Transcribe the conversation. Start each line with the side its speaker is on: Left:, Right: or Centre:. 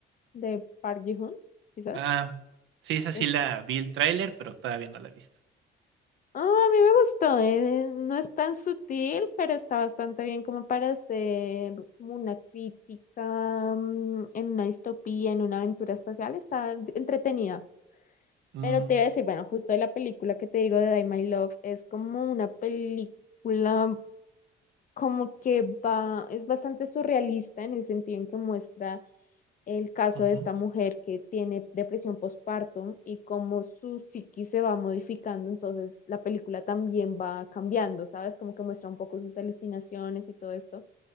Left: de Park Ji-hoon, quizás.
Right: Ah, sí, esa sí
Left: Es-
Right: la vi el tráiler, pero todavía no la he visto.
Left: Ah, a mí me gustó, eh, No es tan sutil, pero está bastante bien como para hacer como una crítica, mm, en una distopía, en una aventura espacial, está d- entretenida.
Right: Mm,
Left: Pero te iba a decir, bueno, justo de la película que te digo de Die My Love, es como una película como que va, es bastante surrealista en el sentido en que muestra el caso
Right: ujú,
Left: de esta mujer que tiene depresión postpartum y cómo su psiquis se va modificando, entonces la película también va cambiando, ¿sabes? Como que muestra un poco sus alucinaciones y todo esto.